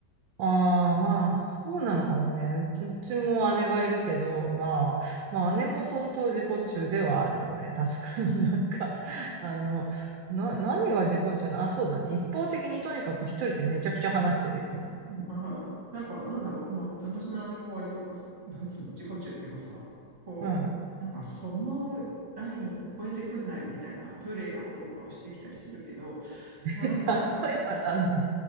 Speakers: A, on the right (about 80°); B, on the right (about 40°).
A: ああ、まあ、そうなのかもね。ううちも姉がいるけど、まあ、まあ、姉も相当自己中ではあるよね。<laughs> 確かになんか、<laughs> あの、な、何が自己中な、あ、そうだね。一方的にとにかく一人でめちゃくちゃ話してる、いつも。
B: <laughs> まあ、なんか、なんだろう、まあ、私の姉も割とかさ、なんつうの、自己中っていうかさ、こう、
A: うん。
B: なんかそのライン超えてくんなよみたいな、無礼なこととかをしてきたりするけど、
A: <laughs>
B: まあなんか、
A: 例えば何なの